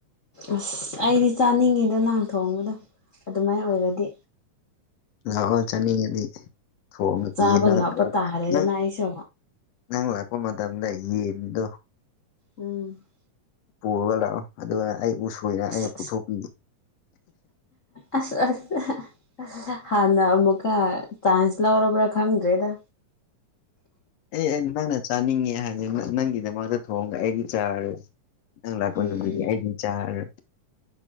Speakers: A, on the left (about 80°); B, on the left (about 60°).
A: ꯑꯁ ꯑꯩꯗꯤ ꯆꯥꯅꯤꯡꯉꯤꯗ ꯅꯪ ꯊꯣꯡꯕꯗꯨ ꯑꯗꯨꯃꯥꯏ ꯑꯣꯏꯔꯗꯤ
B: ꯂꯥꯛꯑꯣ ꯆꯥꯅꯤꯡꯉꯗꯤ ꯊꯣꯡꯒ ꯄꯤꯌꯦ
A: ꯆꯥꯕ
B: ꯅꯪ
A: ꯂꯥꯛꯄ ꯇꯥꯔꯦꯗꯅ
B: ꯅꯪ꯫
A: ꯑꯩꯁꯨ
B: ꯅꯪ ꯂꯥꯛꯄ ꯃꯇꯝꯗ ꯌꯦꯟꯗꯨ
A: ꯎꯝ
B: ꯄꯨꯔꯒ ꯂꯥꯛꯑꯣ ꯑꯗꯨꯒ ꯑꯩ ꯎꯁꯣꯏꯅ
A: ꯑꯁ
B: ꯑꯩꯅ ꯄꯨꯊꯣꯛꯄꯤꯒꯦ
A: ꯑꯁ ꯑꯁ ꯍ ꯅ ꯃꯨꯀ ꯆꯥꯥꯟꯁꯂꯔ ꯑꯣꯕ꯭ꯔ ꯈꯪ꯭ꯔꯤꯗ꯫
B: ꯑꯦ ꯑꯦ ꯅꯪꯅ ꯆꯥꯅꯤꯡꯉꯦ ꯍꯥꯏꯗꯤ ꯅꯪꯒꯤꯗꯃꯛꯇ ꯊꯣꯡꯒ ꯑꯩꯗꯤ ꯆꯥꯔꯣꯏ ꯅꯪ ꯂꯥꯛꯄ
A: ꯎꯝ
B: ꯅꯨꯃꯤꯠꯇꯤ
A: ꯎꯝ
B: ꯑꯩꯗꯤ ꯆꯥꯔ